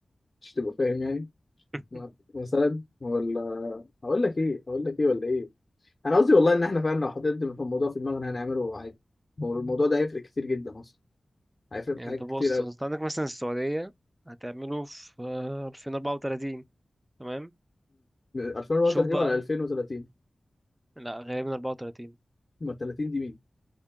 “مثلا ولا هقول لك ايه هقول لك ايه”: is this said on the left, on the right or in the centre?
Left